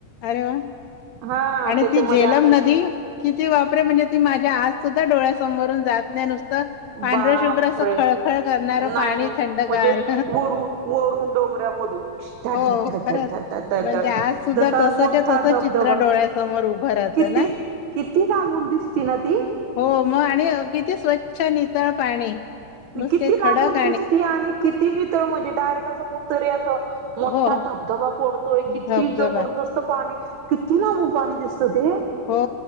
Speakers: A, on the left; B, on the right.
A: अरे! वा
B: हा
A: आणि
B: त्याच्यामध्ये
A: ती झेलम
B: आम्ही
A: नदी किती बापरे! म्हणजे ती माझ्या आज सुद्धा डोळ्या समोरून जात नुसतं पांढरं
B: बापरे
A: शुभ्र असं खळखळ करणारं
B: नाही
A: पाणी
B: नाही
A: थंडगार.
B: म्हणजे वरून वरून डोंगरामधून धड
A: हो
B: धड
A: खरंच
B: धड धड धड धड धड
A: म्हणजे
B: धड
A: आज सुद्धा
B: जसा
A: तसं
B: मोठा
A: च्या तसं
B: धबधबा
A: चित्र डोळ्यास समोर उभ राहतं
B: किती
A: ना
B: किती लांबून दिसती ना ती
A: हो, मग आणि कि स्वच्छ नितळ पाणी. नुसते
B: किती लांबून
A: खडक
B: दिसती आणि किती नितळ म्हणजे, डायरेक्ट असं कुठतरी असं मोठा
A: हो
B: धबधबा होय. किती
A: धबधबा
B: जबरदस्त पाणी किती लांबून पाणी दिसतं. ते
A: हो